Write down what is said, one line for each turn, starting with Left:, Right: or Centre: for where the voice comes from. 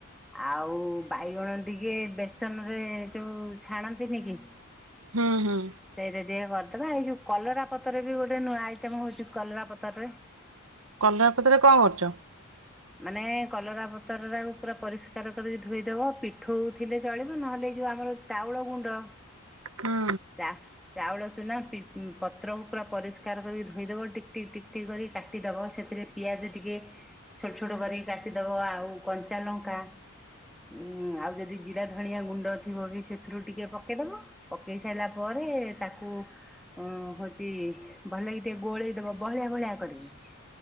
Centre: ଆଉ ବାଇଗଣ ଟିକେ ବେସନ ରେ ଯୋଉ ଛାଣନ୍ତିନି କି
Right: ହଁ ହଁ
Centre: ସେଇଟା ଟିକେ କରିଦବା, ଏଇ ଯୋଉ କଲରା ପତ୍ରରେ ବି ଗୋଟେ ନୂଆ ଆଇଟମ ହଉଚଛି, କଲରା ପତରରେ। <inaudible>
Right: କଲରାପତ୍ର ରେ କଣ କରୁଛ?
Centre: ମାନେ କଲରା ପତ୍ରଟାକୁ ପୁରା ପରିଷ୍କାର ପରିସ୍କାର କରିକି ଧୋଇଦବ, ପିଠଉ ଥିଲେ ଚଳିବ, ନହେଲେ ଏଇ ଯୋଉ ଆମର ଚାଉଳ ଗୁଣ୍ଡ
Right: ହୁଁ
Centre: ଚା ଚାଉଳ ଚୁନା, ପତ୍ର ପୁରା ପରିଷ୍କାର କରିକି ଧୋଇଦବ, ଟିକଟିକ, ଟିକଟିକ କରି କାଟିଦବ, ସେଥିରେ ପିଆଜ ଟିକେ, ଛୋଟ ଛୋଟ କରିକି କାଟିଦବ, ଆଉ କଞ୍ଚା ଲଙ୍କା ଉଁ ଆଉ ଯଦି ଜିରା ଧନିଆ ଗୁଣ୍ଡ ଥିବ, ବି ସେଥିରୁ ଟିକେ ପକେଇଦବ। ପକେଇ ସାରିଲା ପରେ ତାକୁ ହ ହଉଛି, ଭଲ ଟିକେ ଗୋଳେଇ ଦବ ବଳିଆ ବଳିିଆ କରିକି।